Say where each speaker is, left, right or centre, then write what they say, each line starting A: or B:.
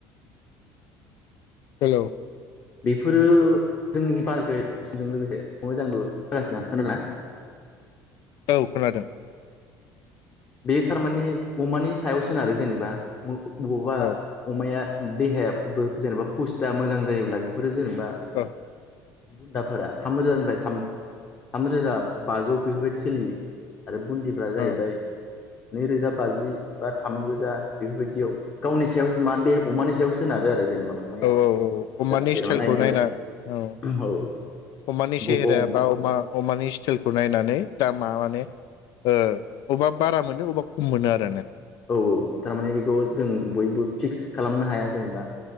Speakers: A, on the left; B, on the left.
A: हेलौ
B: बेफोरो जोंनि बाजै जों लोगोसे मोजांबो <unintelligible> खोनादोंना?
A: औ खोनादों।
B: बे थारमानि अमानि सायाव सोनारो जेनेबा अमाखौ बबावबा
A: औ
B: अमाया देहाया <unintelligible> जेनेबा फुस्ता मोजां जायोब्ला बेफोरो जों दा
A: औ
B: बुन्दाफोरा थाम रोजानिफ्राय थाम थाम रोजा बाजौ बेफोरबायदि सोलियो। आरो बुन्दिफ्रा
A: औ
B: जाहैबाय नै रोजा बाजि बा थाम रोजा बेफोरबादियाव गावनि सायाव मा दे अमानि सायाव सोनारो आरो जेनेबा अमाया
A: औ औ औ
B: मोजां
A: अमानि
B: जेनेबा
A: स्टाइलखौ
B: नायनो
A: नायना
B: मोजां
A: औ
B: औ
A: अमानि सेहेराया
B: बबेबा औ
A: बा अमा अमानि स्टाइलखौ नायनानै दामा माने ओ अबा बारा मोनो अबा खम मोनो आरोन नो
B: औ औ थारमाने बेखौ जों बयबो फिक्स खालामनो हाया जेनेबा